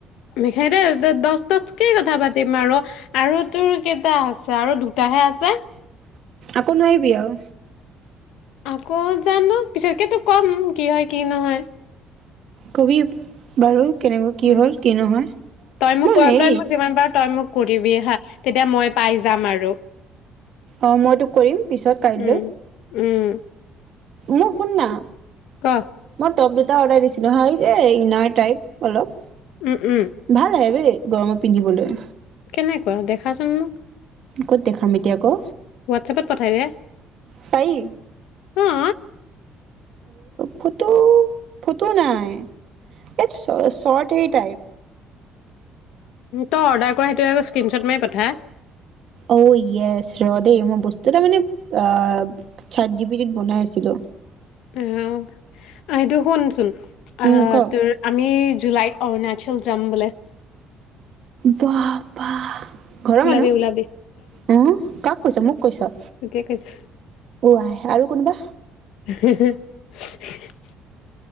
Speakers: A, on the left (about 85°); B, on the right (about 50°).
A: মিখাইতে দছ ত কি কথা পাতিম আৰু আৰু তোৰ কেইটা আছে আৰু দুটাহে আছে
B: আকৌ নোৱাৰিবি আৰু
A: আকৌ জানো পিছতকেতো কম কি হয় কি নহয়
B: কবি বাৰু কেনেকৈ কি
A: উম
B: হ'ল কি নহয়
A: তই মোক
B: মই হেৰি
A: তই মোক যিমান পাৰ তই মোক কৰিবি হা তেতিয়া মই পাই যাম আৰু
B: আহ মই তোক কৰিম পিছত কাইলৈ
A: উম উম
B: মোক শুন না
A: কহ
B: মই টপ দুটা অৰ্ডাৰ দিছিলো হয় যে ইনাৰ টাইপ অলপ
A: উম উম
B: ভাল হ ভ গৰমত পিন্ধিবলৈ
A: কেনেকুৱা দেখাচোন মোক
B: ক'ত দেখাম এতিয়া আকৌ
A: হোৱাটচেপত পঠাই দে
B: পাৰি
A: অ <inaudible>
B: ফটো ফটো নাই ইয়াত চৰ্ট সেই টাইপ
A: তই অৰ্ডাৰ কৰা সেইটোৱে আকৌ স্ক্ৰীনশ্বট মাৰে পঠা
B: অ য়েছ ৰ দেই মই বস্তু এটা মানে আহ চাট জি পিটিত বনাই আছিলো
A: আহ আহটো শুনচোন অ
B: উম ক
A: তোৰ আমি জুলাইত অৰুণাচল জাম্বলে
B: বাহ বাহ ঘৰৰ
A: ওলাবি
B: মানুহ
A: ওলাবি
B: আহ কক কৈছ মোক কৈছ
A: তুকে কৈছোঁ
B: কোৱা আৰু কোনোবা
A: হ